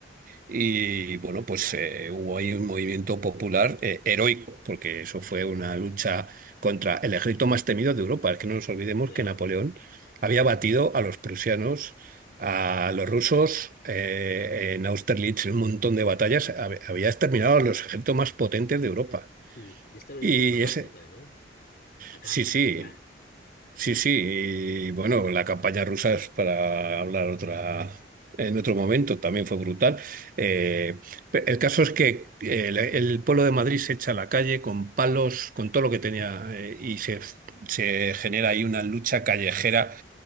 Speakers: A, on the right; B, on the left.
A: Y bueno, pues eh, hubo ahí un movimiento popular eh, heroico, porque eso fue una lucha contra el ejército más temido de Europa. Es que no nos olvidemos
B: Claro.
A: que Napoleón había batido a los prusianos, a los rusos, eh, en Austerlitz, en un montón de batallas, hab- había exterminado a los ejércitos más potentes de Europa.
B: Mm. Y estaba en
A: Y
B: el mismo Marat
A: ese,
B: acá, ¿no? acá,
A: sí, sí,
B: allá.
A: sí, sí. Y bueno, la campaña rusa es para hablar otra, en otro momento, también fue brutal. Eh, pe- el caso es que el, el pueblo de Madrid se echa a la calle con palos, con todo lo que tenía, eh, y se, se genera ahí una lucha callejera